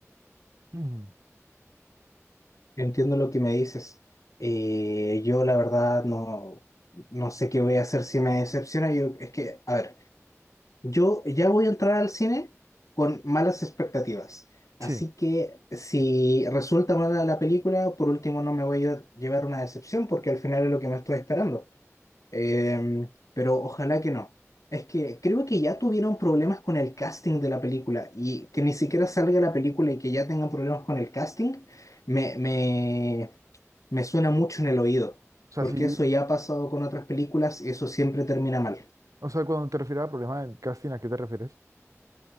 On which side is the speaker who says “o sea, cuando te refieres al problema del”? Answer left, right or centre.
Right